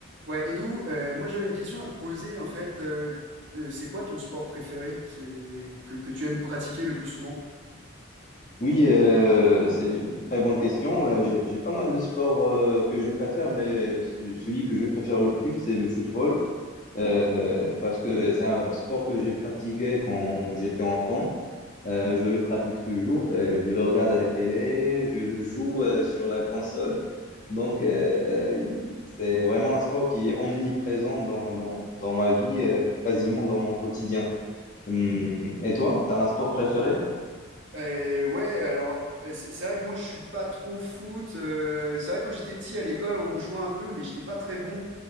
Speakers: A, on the right; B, on the left.
A: Ouais, Edou, euh, moi j'avais une question à te poser en fait. euh, euh, c'est quoi ton sport préféré? C'est que, que tu aimes pratiquer le plus souvent?
B: Oui, euh, c'est une très bonne question. Euh, J'ai j'ai pas mal de sports euh, que je préfère, mais ce- celui que je préfère le plus, c'est le football, Euh, parce que c'est un sport que j'ai pratiqué quand j'étais enfant. Euh, je le pratique toujours, euh, je le regarde à la télé, je le joue euh, sur la console. Donc, euh, il- c'est vraiment un sport qui est omniprésent dans, dans, dans ma vie, euh, quasiment dans mon quotidien. Hum, et toi, tu as un sport préféré?
A: Euh, ouais, alors euh, c'est c'est vrai que moi je suis pas trop foot. euh, c'est vrai que quand j'étais petit à l'école, on jouait un peu, mais j'étais pas très bon.